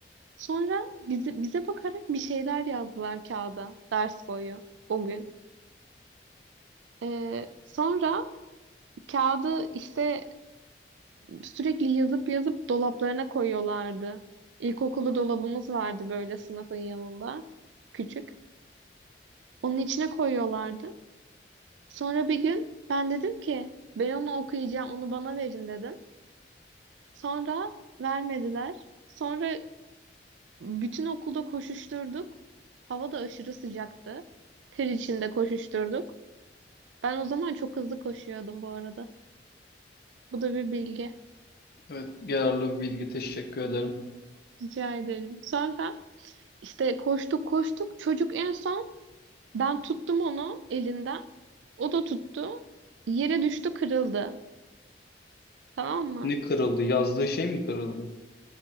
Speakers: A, on the right; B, on the left.
A: Sonra bize, bize bakarak bir şeyler yazdılar kağıda ders boyu o gün. Ee, sonra Kağıdı işte sürekli yazıp yazıp dolaplarına koyuyorlardı. İlkokulu dolabımız vardı böyle sınıfın yanında. Küçük. Onun içine koyuyorlardı. Sonra bir gün ben dedim ki ben onu okuyacağım, onu bana verin dedim. Sonra vermediler. Sonra bütün okulda koşuşturduk. Hava da aşırı sıcaktı. Ter içinde koşuşturduk. Ben o zaman çok hızlı koşuyordum bu arada. Bu da bir bilgi.
B: Evet, yararlı bir bilgi teşekkür ederim.
A: Rica ederim. Sonra İşte koştuk koştuk. Çocuk en son ben tuttum onu elinden. O da tuttu. Yere düştü kırıldı. Tamam mı?
B: Ne kırıldı? Yazdığı şey mi kırıldı?